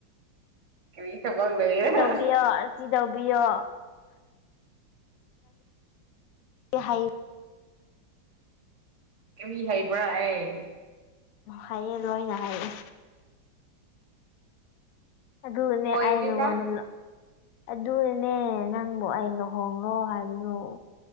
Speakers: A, on the right; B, on the left.
A: ꯀꯔꯤ ꯊꯕꯛ ꯂꯩꯔ
B: ꯁꯤ ꯇꯧꯕꯤꯌꯣ ꯑꯁꯤ ꯇꯧꯕꯤꯌꯣ <unintelligible>
A: ꯀꯔꯤ ꯍꯩꯕ꯭ꯔꯥ ꯑꯩ
B: ꯍꯩꯌꯦ ꯂꯣꯏꯅ ꯍꯩꯌꯦ ꯑꯗꯨꯒꯅꯦ
A: ꯑꯣꯏꯗꯦꯗ
B: ꯑꯩꯅ <unintelligible> ꯑꯗꯨꯅꯅꯦ ꯅꯪꯕꯨ ꯑꯩ ꯂꯨꯍꯣꯡꯂꯣ ꯍꯥꯏꯕꯗꯨ